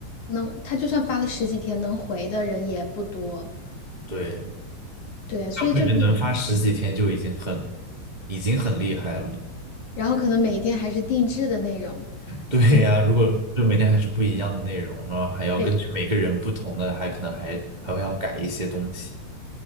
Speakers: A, on the left; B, on the right.
A: 能，他就算发了十几天，能回的人也不多，
B: 对，
A: 对，所以就是，
B: 大部分人能发十几天就已经很已经很厉害了。
A: 然后可能每天还是定制的内容，
B: 对呀，
A: 嗯，
B: 如果就每天还是不一样的内容，然后还要根据每个人不同的，
A: 对，
B: 还可能还还会要改一些东西。